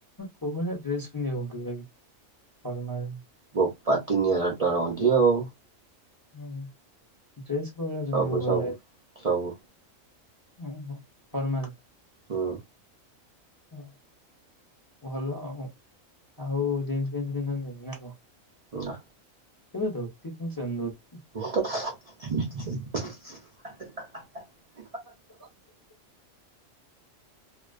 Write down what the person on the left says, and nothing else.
କୋଉ ଭଳିଆ ଡ୍ରେସ ପିନ୍ଧିବାକୁ ଭଲ ଲାଗେ?
ହୁଁ ହ ଡ୍ରେସ୍ କୋଉ ଭଳିଆ ପିନ୍ଧିବା
କୁ ଭଲ
ଲାଗେ?
ଉ ହୁଁ ଫର୍ମାଲ।
ହ ଭଲ ହ ଆଉ ଜିନ୍ସ ଫିନ୍ସ ପିନ୍ଧନ୍ତିନି ନାଇଁ କଣ?
କେବେ ଧୋତି ପିନ୍ଧିଛନ୍ତି ଧୋ
<unintelligible>